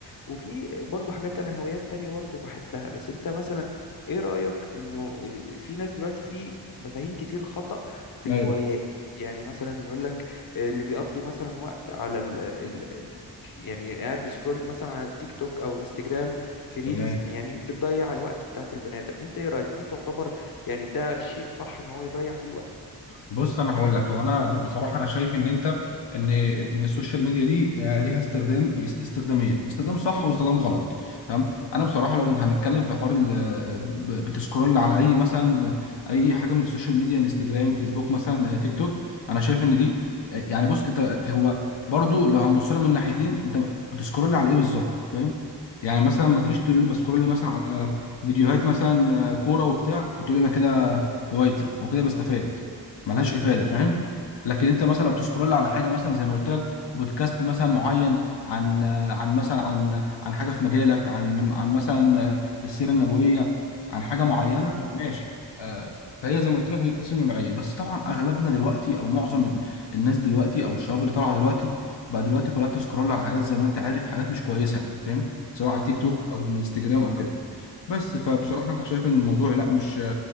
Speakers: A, on the left; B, on the left.
A: وفي برضو حاجات انا هوايات تانية برضو بحبها بس انت مثلا ايه رايك انه في ناس دلوقتي في مفاهيم كتير خطأ في
B: ايوه
A: الهوايات يعني مثلا يقول لك اللي بيقضي مثلا وقت على ال ال ال- يعني قاعد بيسكرول مثلا على التيك توك او انستجرام في ريلز
B: تمام
A: يعني بتضيع الوقت بتاعت البني آدم انت ايه رأيك دي تعتبر يعني ده شيء صح ان هو يضيع فيه وقت
B: بص انا هقول لك هو انا ب- بصراحه انا شايف ان انت ان ان السوشيال ميديا دي آه، ليها استخدام است- استخدامين استخدام صح واستخدام غلط تمام انا بصراحه لو هنتكلم في حوار ال- ب- ب- بتسكرول على اي مثلا اي حاجه من السوشيال ميديا انستجرام فيسبوك مثلا آه، تيك توك انا شايف ان دي آه، يعني بص انت هو برضو لو هنبص لها من ناحيتين انت بتسكرول على ايه بالظبط فاهم يعني مثلا ما تجيش تقول لي بسكرول مثلا
A: مم.
B: على فيديوهات مثلا آه، كوره وبتاع وتقول لي انا كده هوايتي او كده بستفاد ملهاش افاده فاهم
A: مم.
B: لكن انت مثلا لو بتسكرول على حاجه مثلا زي ما قلت لك بودكاست مثلا معين عن عن مثلا عن عن حاجه في مجالك عن عن مثلا السيره النبويه عن حاجه معينه
A: مم.
B: ماشي آه، فهي زي ما قلت لك بتتقسم لنوعين بس طبعا اغلبنا دلوقتي او معظم ال- الناس دلوقتي او الشباب اللي طالعه دلوقتي بقى دلوقتي كلها بتسكرول على حاجات زي ما انت عارف حاجات مش كويسه يعني فاهم سواء على التيك
A: مم.
B: توك او الانستجرام او كده بس فبصراحه
A: مم.
B: انا شايف ان الموضوع لا مش